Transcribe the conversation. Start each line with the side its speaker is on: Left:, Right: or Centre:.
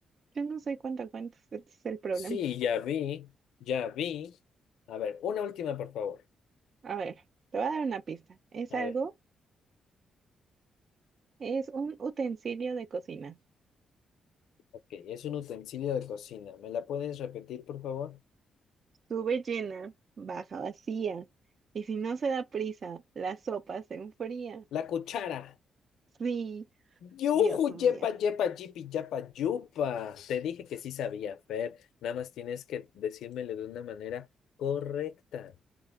Right: Yo no sé cuánto cuentas, ese es el problema.
Left: Sí, ya vi, ya vi. A ver, una última, por favor.
Right: A ver, te voy a dar una pista. Es
Left: A
Right: algo,
Left: ver,
Right: es un utensilio de cocina.
Left: ok, es un utensilio de cocina. ¿Me la puedes repetir, por favor?
Right: Sube llena, baja vacía, y si no se da prisa, la sopa se enfría.
Left: La cuchara.
Right: Sí,
Left: Yuju,
Right: Dios mío.
Left: yepa, yepa, yipi, yapa, yupa. Te dije que sí sabía, Fer. Nada más tienes que decírmelo de una manera correcta.